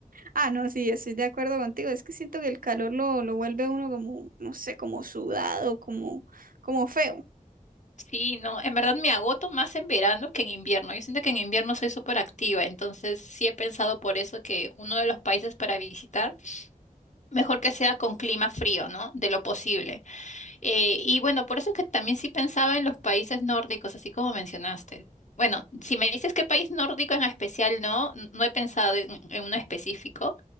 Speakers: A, on the right; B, on the left.
A: Ah, no, sí, estoy de acuerdo contigo. Es que siento que el calor lo, lo vuelve a uno como, no sé, como sudado, como, como feo.
B: Sí, no, en verdad me agoto más en verano que en invierno. Yo siento que en invierno soy súper activa, entonces sí he pensado por eso que uno de los países para visitar, mejor que sea con clima frío, ¿no? De lo posible. Eh, y bueno, por eso es que también sí pensaba en los países nórdicos, así como mencionaste. Bueno, si me dices qué país nórdico en especial, no, n- no he pensado en, en uno específico,